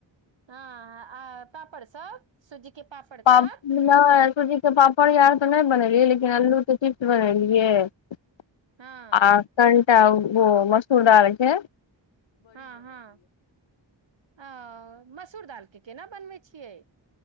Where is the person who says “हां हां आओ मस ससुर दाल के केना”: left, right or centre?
Right